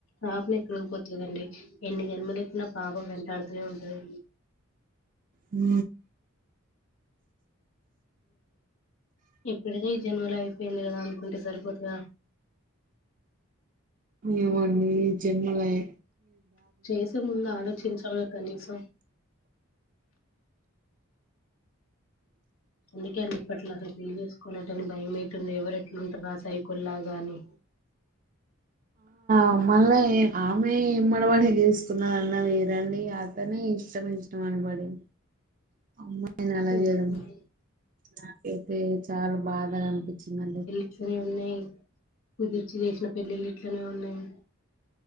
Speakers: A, on the left; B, on the right.
A: పాపం ఎక్కడ లేదండి ఎన్ని జన్మలేతిన పాపం వెంటాడుతూనే ఉంటది
B: ఉ
A: ఎప్పుడైతే ఈ జన్మలో అయిపోయింది కదా అనుకుంటే సరిపోతదా
B: ఏమో అండి ఈ జన్మలయ్
A: చేసే ముందు ఆలోచించాలగ కనీసం అందుకే ఇప్పట్లో అసలు పెళ్లి చేసుకోవాలంటనే భయం అవుతుంది ఎవరు ఎట్లు ఉంటారా ఆ సైకోల్లాగా అని
B: మమ్మల్ళే ఆమె ఏమడీబడి చేసుకున్నదీ వేరండి అతనే ఇష్టం ఇష్టం అనిబడి అమ్మాయి నీ అలా
A: చేసుకోవాలి
B: చేేయడం నాకైతే చాలా బాధగా అనిపించింది అండి
A: ఇట్నే ఉన్నాయి కుదిర్చి చేసిన పెళ్ళిళ్ళు ఇట్లనే ఉన్నాయి